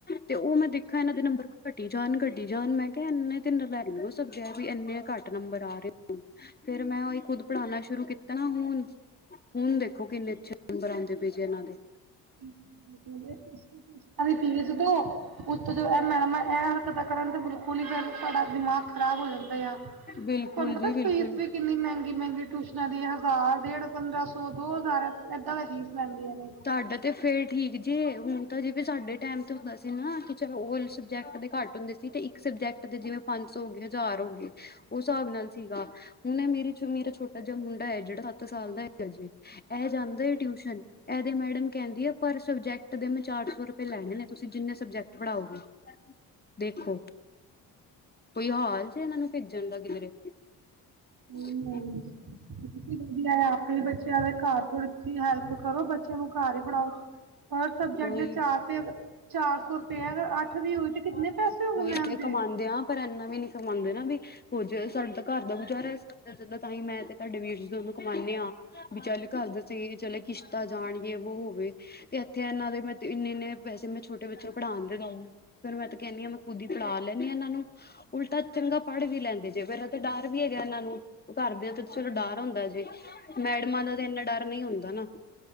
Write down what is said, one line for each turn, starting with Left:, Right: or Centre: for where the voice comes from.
Left: ਤੇ ਉਹ ਮੈਂ ਦੇਖਿਆ ਇਹਨਾਂ ਦੇ ਨੰਬਰ ਘਟੀ ਘਟੀ ਜਾਣ, ਘਟੀ ਜਾਣ ਮੈਂ ਕਿਹਾ ਇੰਨੇ ਤਾਂ ਨਲਾਇਕ ਨਹੀਂ ਹੋ ਸਕਦੇ ਵੀ ਇੰਨੇ ਘੱਟ ਨੰਬਰ ਆ ਰਹੇ ਫੇਰ ਮੈਂ ਉਹੀ ਖੁਦ ਪੜ੍ਹਾਉਣਾ ਸ਼ੁਰੂ ਕੀਤਾ ਨਾ ਹੁਣ ਹੁਣ ਦੇਖੋ ਕਿੰਨੇ ਅੱਛੇ ਨੰਬਰ ਆਉਂਦੇ ਪਏ ਜੇ ਇਹਨਾਂ ਦੇ।
Right: <unintelligible> ਦੀ ਫੀਸ ਦੋ, ਉੱਥੋਂ ਇਹ ਮੈਡਮ ਐ ਪਤਾ ਕਰਨ ਤੇ ਬਿਲਕੁਲ ਹੀ ਫੇਰ ਸਾਡਾ ਦਿਮਾਗ ਖ਼ਰਾਬ ਹੋ ਜਾਂਦੇ ਆ,
Left: ਬਿਲਕੁਲ
Right: ਤੁਹਾਨੂੰ ਪਤਾ
Left: ਜੀ ਬਿਲਕੁਲ
Right: ਫੀਸ ਵੀ ਕਿੰਨੀ ਮਹਿੰਗੀ- ਮਹਿੰਗੀ ਟਿਊਸ਼ਨਾਂ ਦੀ ਹਜ਼ਾਰ, ਡੇਢ, ਪੰਦਰਾਂ ਸੌ, ਦੋ ਹਜ਼ਾਰ ਏਦਾਂ ਦਾ ਫੀਸ ਲੈਂਦੀਆਂ ਨੇ।
Left: ਸਾਡਾ ਤੇ ਫੇਰ ਠੀਕ ਜੇ ਹੁਣ ਤਾਂ ਜੇਵੇ ਸਾਡੇ ਟਾਈਮ ਤੇ ਹੁੰਦਾ ਸੀ ਨਾ ਕਿ ਚਲੋ ਉਹ ਸਬਜੈਕਟ ਦੇ ਘੱਟ ਹੁੰਦੇ ਸੀ ਤੇ ਇੱਕ ਸਬਜੈਕਟ ਦੇ ਜਿਵੇਂ ਪੰਜ ਸੌ ਹੋ ਗਏ ਹਜ਼ਾਰ ਹੋ ਗਏ। ਉਸ ਹਿਸਾਬ ਨਾਲ ਸੀਗਾ, ਹੁਣ ਮੇਰੀ ਛੋਟਾ ਜਿਹਾ ਮੁੰਡਾ ਹੈ ਜਿਹੜਾ ਸੱਤ ਸਾਲ ਦਾ ਹੈਗਾ ਜੇ। ਇਹ ਜਾਂਦਾ ਟਿਊਸ਼ਨ। ਇਹਦੇ ਮੈਡਮ ਕਹਿੰਦੀ ਆ ਪਰ ਸਬਜੈਕਟ ਦੇ ਮੈਂ ਚਾਰ ਸੌ ਰੁਪਏ ਲੈਣੇ ਨੇ ਤੁਸੀਂ ਜਿੰਨੇ ਸਬਜੈਕਟ ਪੜ੍ਹਾਓਗੇ, ਦੇਖੋ, ਕੋਈ ਹਾਲ ਜੇ ਇਹਨਾਂ ਨੂੰ ਭੇਜਣ ਦਾ ਕਿਧਰੇ। ਹ
Right: ਹੂੰ
Left: <inaudible>
Right: ਤੁਸੀਂ ਵਧੀਆ ਆਪਣੇ ਹੀ ਬੱਚਿਆਂ ਦੇ ਘਰ ਥੋੜੀ ਤੁਸੀ ਹੈਲਪ ਕਰੋ ਬੱਚਿਆਂ ਨੂੰ ਘਰ ਹੀ ਪੜ੍ਹਾਓ। ਹਰ ਸਬਜੈਕਟ
Left: ਕੋਈ
Right: ਦੇ ਚਾਰ ਸੌ, ਚਾਰ ਸੌ ਰੁਪਏ ਅ ਅੱਠ ਅੱਠ ਤਾ ਹੋਗੇ ਕਿੰਨੇ
Left: ਉਹੀ
Right: ਪੈਸੇ ਹੋ ਗਏ ਮੈਮ
Left: ਤੇ
Right: ਦੇ।
Left: ਕਮਾਉਂਦੇ ਆ ਪਰ ਇੰਨਾ ਵੀ ਨੀ ਕਮਾਉਂਦੇ ਨਾ ਵੀ ਹੋ ਜ ਸਾਡਾ ਤਾਂ ਘਰ ਦਾ ਗੁਜ਼ਾਰਾ ਇਸ ਨਾਲ਼ ਤਾਂ ਹੀ ਮੈਂ ਤੇ ਤੁਹਾਡੇ ਵੀਰ ਚ ਦੋਨੋਂ ਕਮਉਂਦੇ ਹਾਂ ਵੀ ਚੱਲ ਕਰਦੇ ਸੀ ਚਲੇ ਕਿਸ਼ਤਾ ਜਾਣਗੇ ਵੋ ਹੋਵੇ ਤੇ ਇੱਥੇ ਇਹਨਾਂ ਦੇ ਮ ਤੇ ਇੰਨੇ- ਇੰਨੇ ਪੈਸੇ ਮੈਂ ਛੋਟੇ ਬੱਚੇ ਪੜ੍ਹਾਂਉਣ ਤੇ ਲਾਉ ਫਿਰ ਮੈਂ ਤਾਂ ਕਹਿੰਦੀ ਹ ਮੈਂ ਖੁਦ ਹੀ ਪੜਾ ਲੈ ਇਹਨਾਂ ਨੂੰ ਉਲਟਾ ਚੰਗਾ ਪੜ੍ਹ ਵੀ ਲੈਂਦੇ ਜੇ ਫੇਰ ਤੇ ਡਰ ਵੀ ਹੈਗਾ ਇਹਨਾਂ ਨੂੰ, ਘਰਦਿਆਂ ਤੇ ਚਲੋ ਡਰ ਹੁੰਦਾ ਜੇ ਮੈਡਮਾਂ ਦਾ ਤਾਂ ਇੰਨਾ ਡਰ ਨਹੀਂ ਹੁੰਦਾ ਨਾ।